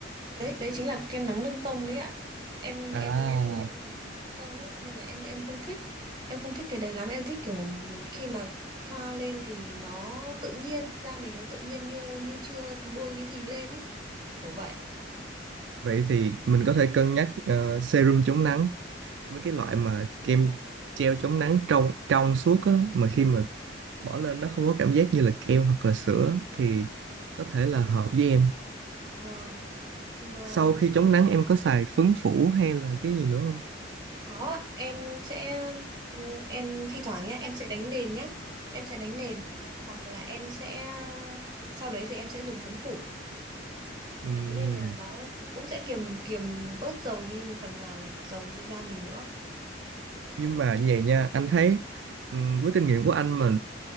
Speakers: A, on the right; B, on the right.
A: đấy đấy chính là kem nắng nâng tông đấy ạ em
B: À,
A: em tông đấy nên là em em không thích em không thích cái đấy lắm em thích kiểu khi mà thoa lên thì nó tự nhiên da mình nó tự nhiên như như chưa bôi cái gì lên ý kiểu vậy
B: vậy thì mình có thể cân nhắc ờ, serum chống nắng mấy cái loại
A: Ồ,
B: mà kem treo chống nắng trong trong suốt á mà khi mà bỏ lên nó không có cảm giác như là kem hoặc là sữa thì
A: ờ,
B: có thể là hợp với em.
A: vâng mà
B: Sau khi
A: em
B: chống nắng em có xài phấn phủ hay là cái gì nữa không?
A: có ạ. em sẽ em thi thoảng nhá em sẽ đánh nền nhá em sẽ đánh nền hoặc là em sẽ sau đấy thì em sẽ dùng phấn phủ
B: Ừm,
A: thế nên là nó cũng sẽ kiềm kiềm bớt dầu đi một phần nào dầu trên da mình nữa
B: nhưng mà như vậy nha anh thấy ừm, với kinh nghiệm của anh mà